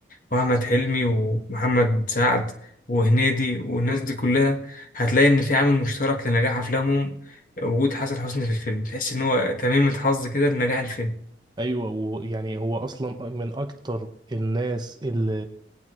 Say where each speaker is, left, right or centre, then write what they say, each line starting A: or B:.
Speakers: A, on the left; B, on the right.
A: واحمد حلمي ومحمد سعد وهنيدي والناس دي كلها هتلاقي ان في عامل مشترك لنجاح افلامهم وجود حسن حسني في الفيلم تحس ان هو تميمة حظ كده لنجاح الفيلم
B: أيوة ويعني هو أصلا من أكتر الناس اللي,